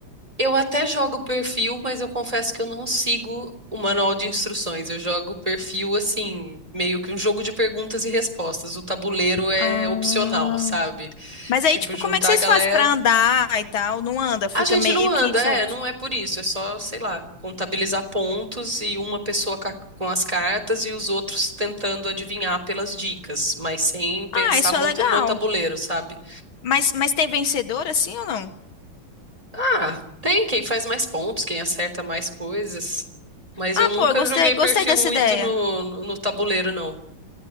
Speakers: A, on the right; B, on the left.
A: Eu até jogo perfil, mas eu confesso que eu não sigo o manual de instruções. Eu jogo perfil assim, meio que um jogo de perguntas e respostas. O tabuleiro é
B: Ah.
A: opcional, sabe?
B: Mas aí,
A: Tipo,
B: tipo,
A: juntar
B: como é que vocês
A: a galera.
B: fazem pra andar e tal? Não anda, fica
A: A gente
B: meio
A: não anda,
B: que solto.
A: é, não é por isso, é só, sei lá, contabilizar pontos e uma pessoa ca- com as cartas e os outros tentando adivinhar pelas dicas, mas sem pensar
B: Ah, isso
A: muito
B: é legal.
A: no tabuleiro, sabe?
B: Mas, mas tem vencedor assim ou não?
A: Ah, tem quem faz mais pontos, quem acerta mais coisas, mas
B: Ah,
A: eu nunca
B: pô, eu gostei,
A: joguei
B: gostei
A: perfil
B: dessa
A: muito
B: ideia.
A: no, no, no tabuleiro, não.